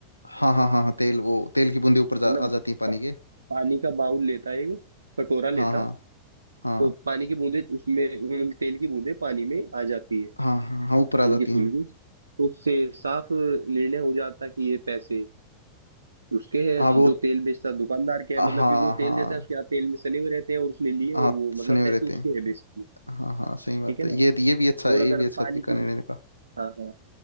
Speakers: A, on the left (about 80°); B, on the right (about 75°).
A: हाँ हाँ हाँ हाँ तेल वो तेल की बूंदे ऊपर जा,
B: मतलब
A: आ जाती है पानी के
B: पानी का बाउल लेता है एक कटोरा लेता
A: हाँ हाँ
B: है
A: हाँ
B: तो पानी की बूंदे उसमें मतलब तेल की बूंदे पानी में आ जाती है
A: हाँ हाँ हाँ ऊपर आ
B: हल्की
A: जाती
B: फुल्की
A: हैं
B: तो उससे साफ निर्णय हो जाता कि ये पैसे उसके हैं
A: हाँ वो
B: जो तेल बेचता है, दुकानदार के है
A: हाँ
B: मतलब क्योंकि वो
A: हाँ
B: तेल देता है उसके हाथ तेल में सने हुए रहते हैं और उसने लिए
A: हाँ
B: और वो
A: सने
B: मतलब
A: हुए
B: पैसे
A: रहते
B: उसके
A: हैं
B: हैं बेसिकली
A: हाँ हाँ सही बात
B: ठीक है
A: है
B: ना
A: ये ये भी अच्छा है
B: और अगर
A: ये भी अच्छा
B: पानी
A: तरीका
B: की
A: निर्णय का
B: हाँ हाँ